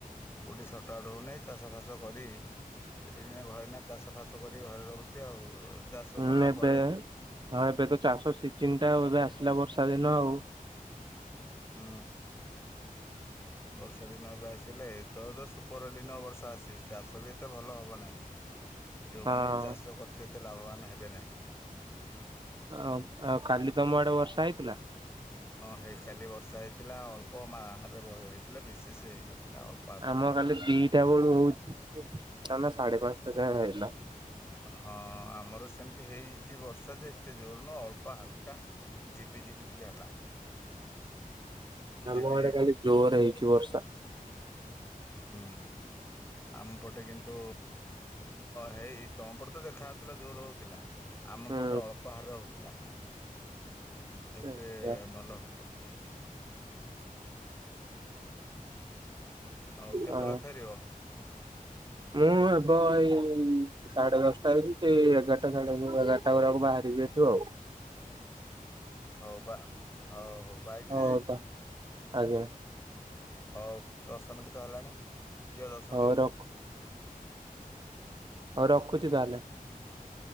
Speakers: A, on the left; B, on the right.
A: କୋଉଠି ସଟା ଆଉଟୁ ହଉନି ଚାଷ ଫାସ କରି ଏତେ ଦିନ ହେଲା ଘରେ ନାଁ ଚାଷ ଫାସ ଚାଷ କରିକି ଘରେ ରହୁଛି ଆଉ ଚାଷ
B: ହୁଁ
A: ସରିଲା
B: ଏବେ
A: ପରେ
B: ହଁ ଏବେ ତ ଚାଷ ସିଜିନ ଟା ଏବେ ଆସ ଆସିଲା ବର୍ଷା ଦିନ ଆଉ
A: ହୁଁ ବର୍ଷା ଦିନ ଏବେ ଆସିଲେ ଏତ ତ ସୁପର ଏଲଲିନ ବର୍ଷା ଆସିଛି ଚାଷ ବି ଏତେ ଭଲ ହବ ନାହିଁ। ଯେଉଁମାନେ
B: ହଁ।
A: ବି ଚାଷ କରିଥିବେ ଏତେ ଲାଭବାନ ହେବେ ନାହିଁ।
B: ଆ ଆଉ କାଲି ତମ ଆଡେ ବର୍ଷା ହେଇଥିଲା?
A: ହଁ ହେଇ କାଲି ବର୍ଷା ହେଇଥିଲା ଅଳ୍ପ ମାହରେ ହେଇଥିଲା ବିଶେଷ ହେଇନଥିଲା। ଅଳ୍ପ ମାତ୍ରା
B: ଆମ କାଲି ଦିଟା ବେଳୁ ହଉଛି ସାଢେ ପାଞ୍ଚଟା ଯାଏ ହେଲା।
A: ହଁ ଆମର ସେମିତି ହେଇଛି ବର୍ଷା ଯେ ଏତେ ଜୋର ନୁହଁ ଅଳ୍ପ ହାଲକା ଝିପିଝିପି ଟିକେ ହେଲା।
B: ଆମ
A: ଝିପିଝିପି
B: ଆଡେ ଖାଲି ଜୋର ହେଇଛି ବର୍ଷା।
A: ହଁ ଆମ ପଟେ କିନ୍ତୁ ହେଇ ତମପଟେ ତ ଦେଖାାଯଉଥିଲା ଜୋର ହଉଥିଲା। ଆମ
B: ହୁଁ
A: ପଟେ ଅଳ୍ପ ହାରରେ ହେଉଥିଲା। ଏତେ
B: ଆଛା।
A: ଭଲ ହଉନଥିଲା। ଆଉ କେତେବେଳେ
B: ହଁ
A: ଫେରିବ?
B: ମୁଁ ହେବ ଏଇ ସାଢେ ଦଶଟା ହେଇଛି ସେଇ ଏଗାରଟା ସାଢେ ଏଗାରଟା ବେଳକୁ ବାହାରିବି ସେଠୁ ଆଉ।
A: ହଉ ବା ହଉ ହଉ ବାଇକରେ
B: ହଉ
A: ଯାଇଛ?
B: ତା ଆଜ୍ଞା।
A: ହଉ ଦଶ ମିନିଟ୍ ତ ହେଲାଣି ଝିଅ ଦଶ
B: ହଉ
A: ମିନିଟ୍ ହେଇଗଲା।
B: ରଖ ହଉ ରଖୁଛି ତାହେଲେ।
A: ହଁ।